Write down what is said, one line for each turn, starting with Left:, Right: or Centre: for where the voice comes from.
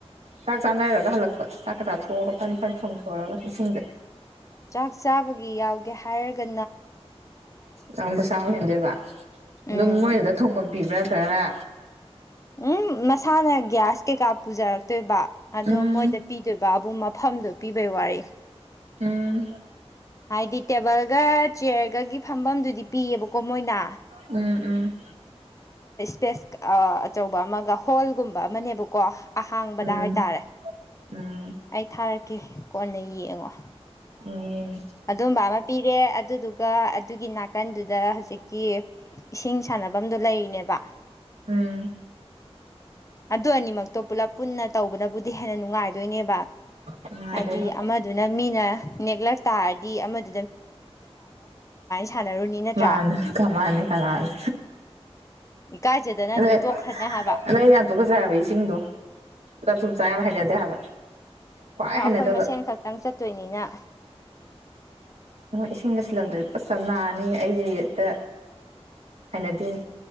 Right: ꯆꯥꯛ ꯆꯥꯅꯔꯒ ꯍꯜꯂꯛꯄ ꯆꯥꯛꯀ ꯆꯥ ꯊ ꯊꯣꯛꯑꯒ ꯐꯟ ꯐꯟ ꯊꯣꯡ ꯈꯂꯒ ꯏꯁꯤꯡꯗ
Left: ꯆꯥꯛ ꯆꯥꯕꯒꯤ ꯌꯥꯎꯒꯦ ꯍꯥꯏꯔꯒ
Right: ꯌꯥꯝ ꯄꯩꯁꯥ ꯑꯣꯏ ꯍꯦꯟꯗꯣꯏꯕ
Left: ꯎꯝ
Right: ꯑꯗꯨꯝ ꯃꯣꯏꯗꯨꯗ ꯊꯣꯡꯐꯝ ꯄꯤꯕ꯭ꯔꯥ ꯆꯔꯥ
Left: ꯎꯝ ꯏꯁꯥꯅ ꯒ꯭ꯌꯥꯁ ꯀꯩꯀꯥ ꯄꯨꯖꯔꯛꯇꯣꯏꯕ ꯑꯗꯣ
Right: ꯎꯝ
Left: ꯃꯣꯏꯗ ꯄꯤꯗꯣꯏꯕ ꯕꯥꯕꯨ ꯃꯐꯝꯗꯨ ꯄꯤ ꯋꯥꯔ
Right: ꯎꯝ
Left: ꯍꯥꯏꯗꯤ ꯇꯦꯕꯜꯒ ꯆꯤꯌꯔꯒꯒꯤ ꯐꯝꯐꯝꯗꯨꯗꯤ ꯄꯤꯌꯦꯕꯀꯣ ꯃꯣꯏꯅ
Right: ꯎꯝ ꯎꯝ
Left: ꯏꯁꯦꯁ ꯑꯆꯧꯕ ꯑꯃꯒ ꯍꯣꯜꯒꯨꯝꯕ ꯑꯃꯅꯦꯕꯀꯣ ꯑꯍꯥꯡꯕꯗ
Right: ꯎꯝ
Left: ꯍꯥꯏꯇꯥꯔꯦ
Right: ꯎꯝ
Left: ꯑꯩ ꯊꯥꯔꯛꯀꯦ ꯀꯦ ꯀꯣꯟꯅ ꯌꯦꯡꯉꯣ
Right: ꯑ
Left: ꯑꯗꯨꯝꯕ ꯑꯃ ꯄꯤꯔꯦ ꯑꯗꯨꯗꯨꯒ ꯑꯗꯨꯒꯤ ꯅꯥꯀꯟꯗꯨꯗ ꯍꯧꯖꯤꯛꯀꯤ ꯏꯁꯤꯡ ꯁꯥꯟꯅꯐꯝꯗꯨꯣ ꯂꯩꯔꯤꯅꯦꯕ
Right: ꯎꯝ
Left: ꯑꯗꯨ ꯑꯅꯤꯃꯛꯇꯣ ꯄꯨꯂꯞ ꯄꯨꯟꯅ ꯇꯧꯕꯅꯕꯨꯗꯤ ꯍꯦꯟꯅ ꯅꯨꯡꯉꯥꯏꯗꯣꯏꯅꯦꯕ
Right: ꯅꯨꯡꯉꯥꯏꯗꯣꯏꯅꯤ
Left: ꯍꯥꯏꯗꯤ ꯑꯃꯗꯨꯅ ꯃꯤꯅ ꯅꯦꯛꯂꯛ ꯑꯃꯗꯤ ꯁꯥꯟꯅꯔꯨꯅꯤ ꯅꯠꯇ꯭ꯔꯥ
Right: ꯃꯥꯅ ꯀꯃꯅꯦ ꯀ ꯂꯥꯅ
Left: ꯏꯀꯥꯏꯖꯗꯅ
Right: ꯑꯗꯩ
Left: ꯑꯗꯨꯝ ꯇꯣꯛꯈ꯭ꯔꯅꯤ ꯍꯥꯏꯕ
Right: ꯑꯗꯩ ꯌꯥꯝ ꯇꯣꯛꯀꯠ ꯆ ꯍꯥꯏꯕ ꯏꯁꯤꯡꯗꯣ ꯂ ꯆꯨꯝꯆꯥꯥ ꯌꯥꯝ ꯍꯩꯅꯗꯦ ꯍꯥꯏꯕ ꯈ꯭ꯋꯥꯏ
Left: ꯑꯗꯨ ꯑꯩꯈꯣꯏ
Right: ꯍꯩꯅꯗꯕ
Left: ꯃꯁꯦꯟ ꯈꯛꯇꯪ ꯆꯠꯇꯣꯏꯅꯤꯅ
Right: ꯅ ꯏꯁꯤꯡ ꯂꯩꯁꯤꯜꯂꯝꯗꯗꯤ ꯄꯨꯞ ꯆꯞ ꯅꯥꯔꯅꯤ ꯑꯩꯁꯛꯇ ꯍꯥꯏꯅꯗꯦꯅꯤ